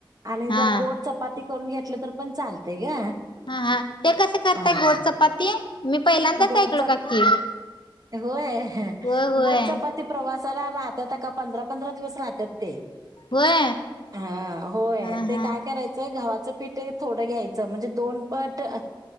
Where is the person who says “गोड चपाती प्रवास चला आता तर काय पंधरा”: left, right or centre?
Right